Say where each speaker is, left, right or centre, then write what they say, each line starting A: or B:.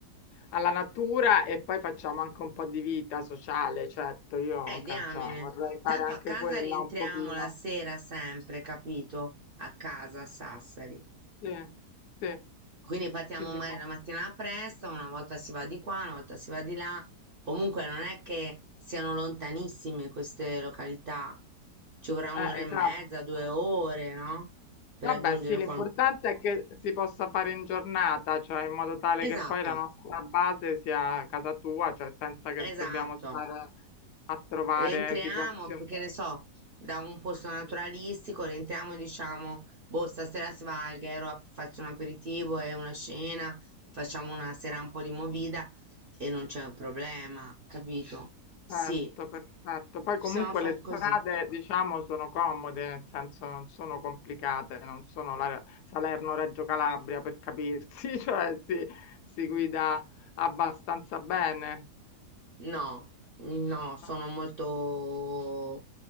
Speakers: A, on the left; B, on the right.
A: alla natura e poi facciamo anche un po' di vita sociale, certo, io
B: Eh,
A: che
B: diamine.
A: ne so, vorrei fare
B: Tanto
A: anche
B: a casa
A: quella
B: rientriamo
A: un pochino.
B: la sera sempre, capito? A casa a Sassari.
A: Sì, sì,
B: Quindi partiamo
A: ci si
B: magari
A: può.
B: la mattina presto, una volta si va di qua, una volta si va di là. Comunque non è che siano lontanissime queste località. Ci vorrà
A: Eh,
B: un'ora e
A: esatto.
B: mezza, due ore, no? Per
A: Vabbè,
B: raggiungere
A: sì, l'importante
B: qualunque.
A: è che si possa fare in giornata, cioè in modo tale che
B: Esatto,
A: poi la nostra base sia casa tua, cioè senza che
B: esatto.
A: dobbiamo stare a trovare
B: Rientriamo,
A: situazioni.
B: che ne so, da un posto naturalistico, rientriamo e diciamo, boh, stasera si va al Gairo a farci un aperitivo e una cena, facciamo una sera un po' di movida e non c'è un problema, capito? Sì,
A: Perfetto, perfetto. Poi
B: possiamo
A: comunque
B: far
A: le
B: così.
A: strade, diciamo, sono comode, nel senso non sono complicate, non sono la Salerno-Reggio Calabria per capirsi, <laughs> cioè si, si guida abbastanza bene,
B: No, no, sono
A: no,
B: molto